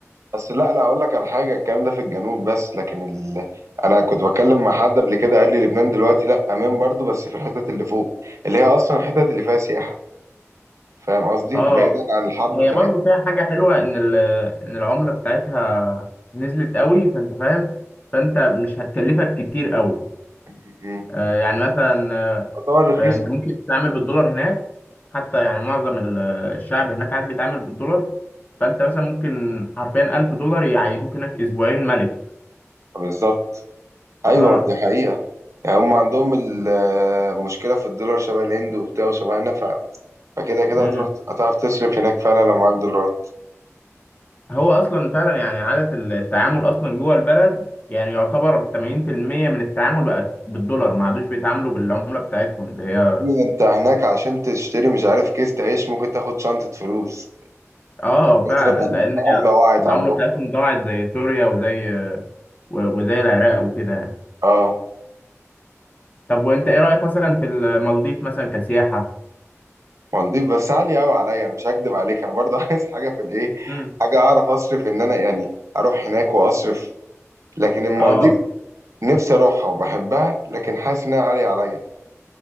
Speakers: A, on the right (about 70°); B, on the left (about 35°).
A: بس لا لا اقول لك على حاجه الكلام ده في الجنوب بس لكن ال... انا كنت بتكلم مع حد قبل كده قال لي لبنان دلوقتي لا امان برضو بس في الحتت اللي فوق اللي هي اصلا الحتت اللي فيها سياحه فاهم قصدي
B: اه
A: بعيدا عن الحرب
B: هي
A: بتاعتنا
B: برضو فيها حاجة حلوة إن ال- إن العملة بتاعتها نزلت قوي فأنت فاهم فأنت مش هتكلفك كتير قوي
A: م- م.
B: آه يعني مثلا آه
A: تعتبر رخيصه
B: آه، أنت ممكن تتعامل بالدولار هناك حتى يعني معظم ال- الشعب هناك قاعد بيتعامل بالدولار فأنت مثلا ممكن حرفيا ألف دولار يعيشوك هناك أسبوعين ملك
A: بالظبط ايوه
B: اه
A: دي حقيقه يعني هم عندهم المشكله في الدولار شبه الهند وبتاع وشبهنا ف... فكده كده
B: امم
A: هتروح هتعرف تصرف هناك فعلا لو معاك دولارات
B: هو أصلا فعلا يعني عادة التعامل أصلا جوه البلد يعني يعتبر 80% من التعامل بقى بالدولار ما عادوش بيتعاملوا بالعملة بتاعتهم اللي هي
A: يا ابني ده انت هناك عشان تشتري مش عارف كيس تعيش ممكن تاخد شنطه فلوس
B: اه
A: قلت
B: فعلا
A: لما
B: لان
A: العملة
B: هي
A: وقعت
B: العمله
A: عندهم
B: بتاعتهم ضاعت زي سوريا وزي و- وزي العراق وكده يعني
A: اه
B: طب وانت ايه رايك مثلا في المالديف مثلا كسياحه
A: مالديف بس عالية قوي عليا انا مش هكدب عليك انا برضه <laughs> عايز حاجة في الايه
B: امم
A: حاجة اعرف اصرف ان انا يعني اروح هناك واصرف لكن المالديف
B: اه
A: نفسي اروحها وبحبها لكن حاسس انها عالية عليا